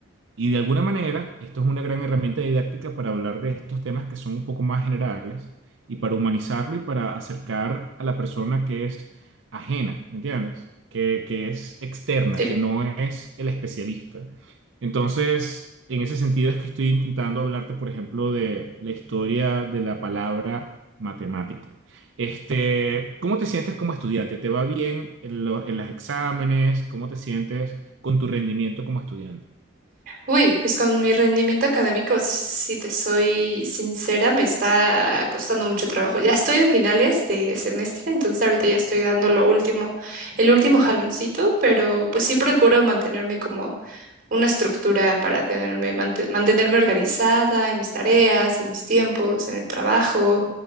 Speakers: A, on the right (about 70°); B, on the right (about 45°).
A: Y de alguna manera, esto es una gran herramienta didáctica para hablar de estos temas que son un poco más generales y para humanizarlo y para acercar a la persona que es ajena, ¿me entiendes? Que, que es externa,
B: sí.
A: que no es el especialista. Entonces, en ese sentido es que estoy intentando hablarte, por ejemplo, de la historia de la palabra matemática. Este, ¿cómo te sientes como estudiante? ¿Te va bien en los, en los exámenes? ¿Cómo te sientes con tu rendimiento como estudiante?
B: Uy, pues con mi rendimiento académico, si te soy sincera, me está costando mucho trabajo. Ya estoy en finales de semestre, entonces ahorita ya estoy dando lo último, el último jaloncito, pero pues sí procuro mantenerme como una estructura para tenerme, mante- mantenerme organizada en mis tareas, en mis tiempos, en el trabajo